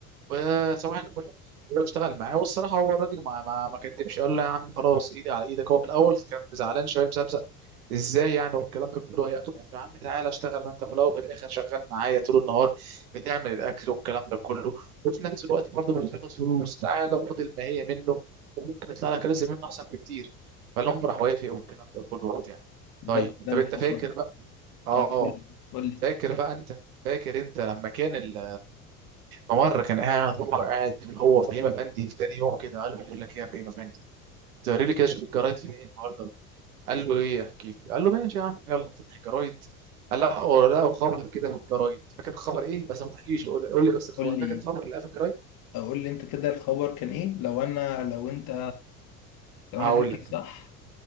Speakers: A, on the right; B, on the left.
A: وصباح الفل واشتغل معاه والصراحه هو الراجل ما ما ما كدبش قال له يا عم خلاص ايدي على ايدك هو في الاول كان زعلان شويه مسبسق ازاي يعني والكلام ده كله يا يا عم تعالى اشتغل ما انت في الاول وفي الاخر شغال معايا طول النهار بتعمل الاكل والكلام ده كله وفي نفس الوقت برضه مش بتاخد فلوس تعالى خد الماهيه منه وممكن يطلع لك رزق منه احسن بكتير فالام راح وافق والكلام ده كله وبتاع
B: بالظبط
A: طيب
B: ده
A: طب
B: اللي
A: انت فاكر
B: حصل
A: بقى اه
B: أو قول
A: اه
B: لي قول لي
A: فاكر بقى انت فاكر انت لما كان ال مرة كان قاعد هو قاعد هو فهيم أفندي في تاني يوم كده قال له بقول لك إيه يا فهيم أفندي تقري لي كده شوف الجرايد في إيه النهاردة قال له إيه أحكي لي قال له ماشي يا عم يلا فتح الجرايد قال لا هو لا خبر كده في الجرايد فاكر الخبر إيه بس ما تحكيش قول قول لي بس الخبر
B: قول
A: فاكر
B: لي
A: الخبر اللي في الجرايد
B: أو قول لي انت كده الخبر كان ايه لو انا لو انت لو
A: هقول
B: انا فاكر
A: لك
B: صح